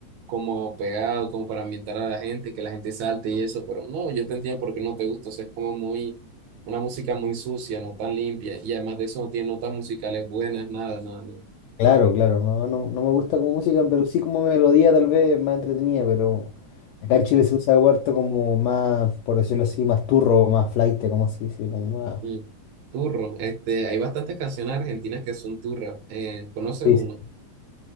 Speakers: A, on the right (about 75°); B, on the left (about 80°).
A: como pegado, como para ambientar a la gente, que la gente salte y eso, pero no, yo te entiendo por qué no te gusta, o sea, es como muy, una música muy sucia, no tan limpia, y además de eso no tiene notas musicales buenas, nada, nada, nada.
B: Claro, claro, no, no, no me gusta como música, pero sí como melodía tal vez más entretenida, pero acá en Chile se usa huerto como más, por decirlo así, más turro, más flaite, como se dice, como más...
A: Mm, Turro, este, hay bastantes canciones argentinas que son turras. Eh, ¿conoces
B: sí,
A: una?
B: sí.